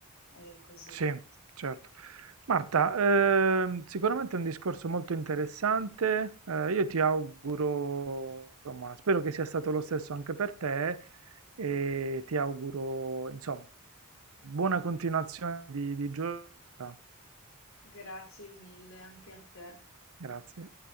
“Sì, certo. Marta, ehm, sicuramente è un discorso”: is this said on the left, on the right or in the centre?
Right